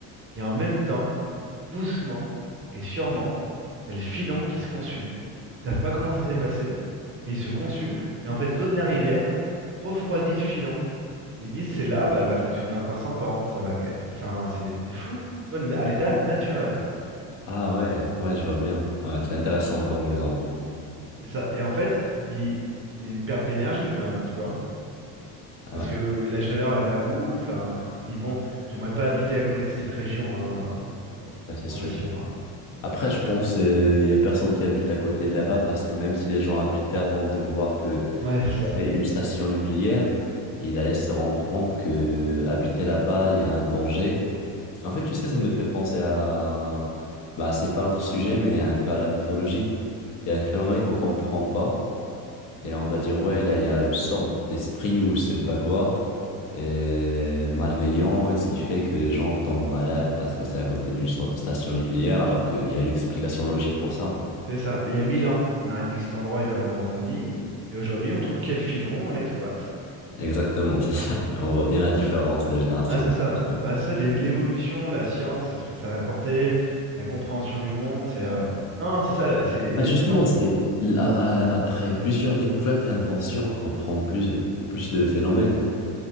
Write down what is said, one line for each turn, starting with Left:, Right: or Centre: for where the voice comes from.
Right: et en même temps, doucement et sûrement, t'as le filon qui se consume. Ils savent pas comment ça s'est passé, mais il se consume. Et en fait, l'eau de la rivière refroidit le filon. Et ils disent, c'est là, bah, elle va fonctionner encore 100 ans. Ça va... Enfin, c'est c'est fou. Tu vois, na- à l'état naturel.
Left: Ah ouais, ouais, je vois bien. Ouais, c'est intéressant comme exemple.
Right: C'est ça. Et en fait, il- c'est une perte d'énergie quand même, tu vois.
Left: Ah
Right: Parce
Left: ouais,
Right: que la chaleur, elle va où? Enfin, puis bon, j'aimerais pas habiter à côté de cette région, hein, pour euh,
Left: ouais, c'est
Right: information.
Left: sûr.
Right: hein.
Left: Après, je pense qu'il y a personne qui habite à côté de là-bas parce que même si les gens habitaient avant de voir que
Right: Ouais, c'est
Left: y
Right: ça.
Left: avait une station nucléaire, ils allaient se rendre compte que habiter là-bas, il y a un danger. En fait, tu sais, ça me fait penser à... Bah, c'est pas notre sujet, mais un peu à la mythologie. Il y a un phénomène qu'on comprend pas et on va dire, ouais, là, il y a une sorte d'esprit ou je sais pas quoi. Et malveillant, et ce qui fait que les gens tombent malades parce que c'est à côté d'une so- station nucléaire, alors qu'il y a une explication logique pour ça.
Right: C'est ça. Il y a mille ans, on a dit que cet endroit est un endroit maudit. Et aujourd'hui, on trouve qu'il y a le filon, on l'exploite.
Left: Exactement, <laughs> c'est ça. On voit bien la différence de génération.
Right: Ouais, c'est
Left: en
Right: ça.
Left: génération.
Right: Ouais, ça, l'é- l'évolution, la science, ce que ça a apporté, la compréhension du monde, c'est... euh, Non, c'est ça, là. C'est et
Left: Bah
Right: la
Left: justement,
Right: différence
Left: c'est à- à- après plusieurs découvertes et inventions, on comprend plus, plus de phénomènes.